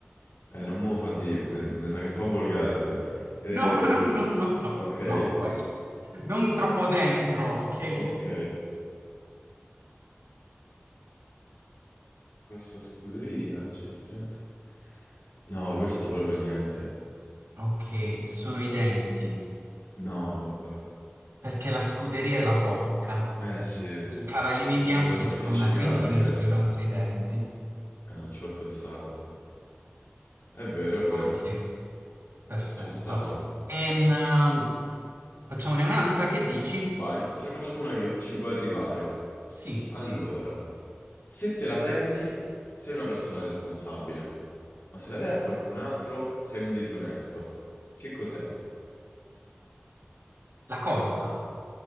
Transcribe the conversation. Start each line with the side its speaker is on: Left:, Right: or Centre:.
Left: Eh, non me lo fa dire, me- mi sa che è un po' volgare sta cosa. Eh,
Right: No, no, no, no, no,
Left: ok,
Right: no, quelli. Non troppo dentro, ok?
Left: ok. Questa scuderia c'ha 30. No, questa proprio niente.
Right: Ok, sono i denti,
Left: No, vabbè.
Right: perché la scuderia è la bocca.
Left: Eh sì,
Right: I cavallini
Left: stanno
Right: bianchi
Left: tutti
Right: sono
Left: appiccicati,
Right: una trentina,
Left: certo.
Right: e sono i nostri denti.
Left: Eh, non ci ho pensato. È vero, è vero,
Right: Ok, perfetto.
Left: ci stava.
Right: Ehm, facciamone un'altra, che dici?
Left: Vai, te ne faccio una che ci può arrivare.
Right: Sì,
Left: Allora,
Right: sì,
Left: Se te la prendi, sei una persona responsabile. Ma se la dai a qualcun altro, sei un disonesto. Che cos'è?
Right: la colpa.